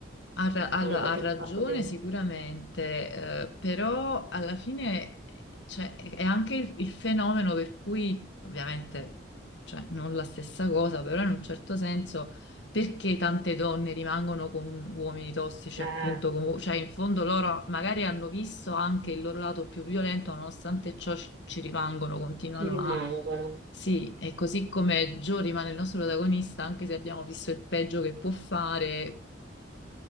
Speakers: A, on the left; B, on the right.
A: Ha ra- allora,
B: non l'ho proprio
A: ha ragione
B: fatto bene.
A: sicuramente, eh, però alla fine eh, cioè, è è anche il, il fenomeno per cui, ovviamente, cioè, non la stessa cosa, però in un certo senso, perché tante donne rimangono con uomini tossici,
B: Ah,
A: appunto, con- cioè in fondo loro magari hanno visto anche il loro lato più violento, nonostante ciò ci, ci rimangono, continuano
B: ci rimangono.
A: a... Sì, e così come Joe rimane il nostro protagonista, anche se abbiamo visto il peggio che può fare,